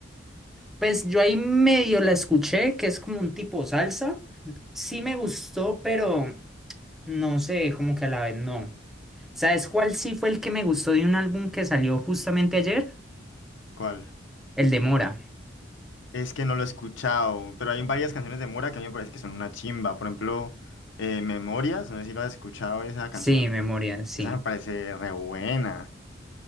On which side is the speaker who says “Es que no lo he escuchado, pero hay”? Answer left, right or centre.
Left